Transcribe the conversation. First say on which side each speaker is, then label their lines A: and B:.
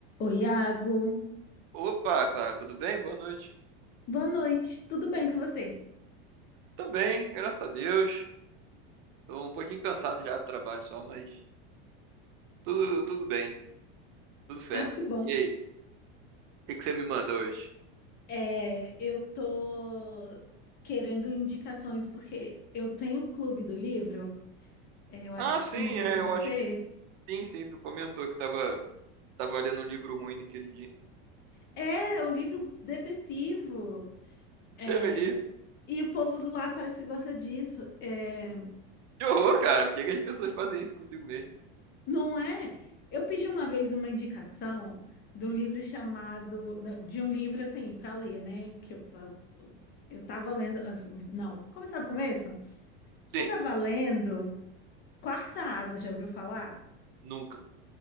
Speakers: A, on the left; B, on the right.
A: Oi, Iago.
B: Opa, Clara, tudo bem? Boa noite.
A: Boa noite. Tudo bem com você?
B: Também, graças a Deus. Tô um pouquinho cansado já do trabalho só, mas tudo, tudo bem, tudo fé.
A: Ai, que bom.
B: E aí, o que que você me manda hoje?
A: É, eu tô querendo indicações porque eu tenho o clube do livro. É, eu acho
B: Ah,
A: que eu
B: sim,
A: comentei
B: é,
A: com
B: eu
A: você.
B: acho que sim, sim. Tu comentou que tava, tava lendo um livro ruim naquele dia.
A: É é um livro depressivo. É,
B: Deus me livre.
A: e o povo lá parece que gosta disso. É,
B: Que horror, cara. Por que que as pessoas fazem isso consigo mesmo?
A: não é? Eu pedi uma vez uma indicação de um livro chamado, não, de um livro assim para ler, né? Que eu, eu tava lendo. ah, Não, começar do começo.
B: Sim,
A: Eu tava lendo Quarta Asa, já ouviu falar?
B: nunca.